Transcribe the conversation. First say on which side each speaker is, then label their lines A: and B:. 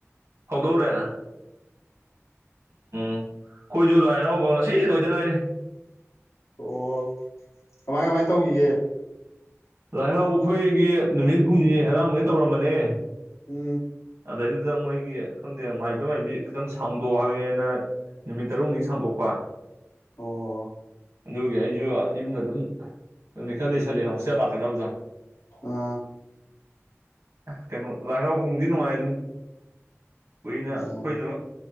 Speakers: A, on the right (about 80°); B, on the left (about 80°).
A: ꯍꯧꯗꯧꯔꯦ ꯎꯝꯝ ꯑꯩꯈꯣꯏꯁꯨ ꯂꯥꯏ ꯍꯔꯥꯎꯕ ꯉꯁꯤ ꯂꯣꯏꯗ ꯉꯥꯏꯔꯤ
B: ꯑꯣ ꯀꯃꯥꯏ ꯀꯃꯥꯏ ꯇꯧꯔꯤꯒꯦ
A: ꯂꯥꯏ ꯍꯔꯥꯎ ꯑꯩꯈꯣꯏꯒꯤ ꯅꯨꯃꯤꯠ ꯍꯨꯝꯅꯤ ꯍꯥꯏꯔꯥꯎꯒꯩ ꯇꯧꯔꯝꯕꯅꯦ
B: ꯎꯝ
A: ꯑꯗꯩꯗꯨꯗ ꯃꯣꯏꯒꯤ ꯈꯪꯗꯦ ꯃꯥꯏꯕ ꯃꯥꯏꯕꯤ ꯈꯤꯇꯪ ꯁꯥꯡꯗꯣꯛ ꯍꯥꯏꯌꯦꯅ ꯅꯨꯃꯤꯠ ꯇꯔꯨꯅꯤ ꯁꯥꯡꯗꯣꯛꯄ
B: ꯑꯣ
A: ꯑꯗꯨꯒꯤ ꯑꯩꯁꯨ ꯌꯨꯝꯗ ꯑꯗꯨꯝ ꯅꯨꯃꯤꯠ ꯈꯔ ꯂꯩꯁꯜꯂꯦꯅ ꯍꯣꯁꯇꯦꯜ ꯂꯥꯛꯀꯗꯕꯖꯥ
B: ꯑꯥ
A: ꯀꯩꯅꯣ ꯂꯥꯏ ꯍꯥꯔꯥꯎꯕ ꯅꯨꯡꯗꯤ ꯅꯨꯡꯥꯏꯗꯨꯅꯤ ꯀꯨꯏꯅ
B: ꯑꯣ
A: ꯑꯩꯈꯣꯏꯁꯨ